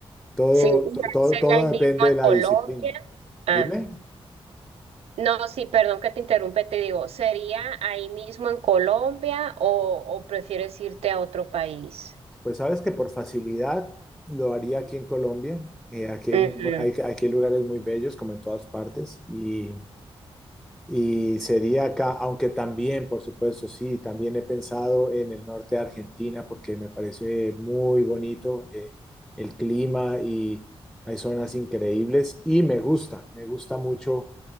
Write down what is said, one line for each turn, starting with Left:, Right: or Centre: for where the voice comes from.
Centre: Todo,
Right: Sí, y
Centre: to- todo,
Right: sería
Centre: todo
Right: ahí
Centre: depende
Right: mismo en
Centre: de la
Right: Colombia.
Centre: disciplina.
Right: Ah,
Centre: Dime,
Right: no, sí, perdón que te interrumpe, te digo, ¿sería ahí mismo en Colombia o, o prefieres irte a otro país?
Centre: pues sabes que por facilidad lo haría aquí en Colombia. Eh, aquí hay,
Right: Ujú,
Centre: muy bu- hay- aquí hay lugares muy bellos, como en todas partes, y, y sería acá, aunque también, por supuesto, sí, también he pensado en el norte de Argentina porque me parece muy bonito eh, el clima y hay zonas increíbles y me gusta, me gusta mucho